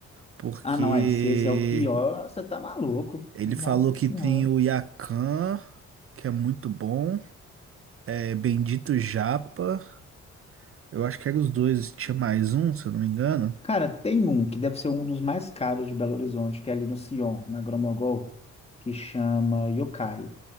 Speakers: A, on the right (about 45°); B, on the left (about 20°).
A: Porque
B: Ah, não, é. Se esse é o pior, você tá maluco.
A: ele
B: Nossa
A: falou que
B: Senhora.
A: tem o Yakan, que é muito bom, é Bendito Japa, eu acho que eram os dois, tinha mais um, se eu não me engano.
B: Cara, tem um que deve ser um dos mais caros de Belo Horizonte, que é ali no Sion, na Gromogol, que chama Yokai.